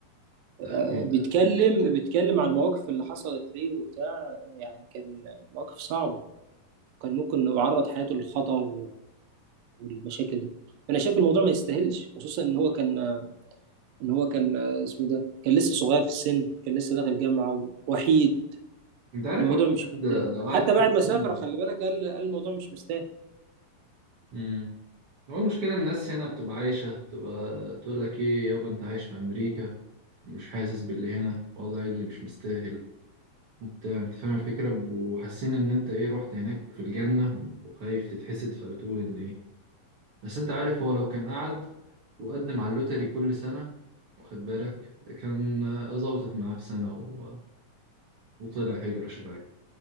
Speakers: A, on the right; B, on the right.
A: لا
B: آه،
A: جامد.
B: بيتكلم بيتكلم عن المواقف اللي حصلت ليه وبتاع يعني كان مواقف صعبة كان ممكن يعرض حياته للخطر والمشاكل دي انا شايف الموضوع ما يستاهلش خصوصا ان هو كان ان هو كان اسمه ده كان لسه صغير في السن كان لسه داخل جامعه ووحيد
A: أنت عارف
B: الموضوع
A: هو الواحد
B: مش مستاهل
A: لو قعد
B: حتى
A: كام
B: بعد ما سافر
A: سنة-
B: خلي بالك قال قال الموضوع مش مستاهل
A: مم. هو المشكلة الناس هنا بتبقى عايشة تبقى تقول لك إيه يابا أنت عايش في أمريكا ومش حاسس باللي هنا والله اللي مش مستاهل وبتاع أنت فاهم الفكرة وحاسين إن أنت إيه رحت هناك في الجنة وخايف تتحسد فبتقول إن إيه بس أنت عارف هو لو كان قعد وقدم على اللوتري كل سنة واخد بالك كان آه، ظبطت معاه في سنة و... وطلع هجرة شرعية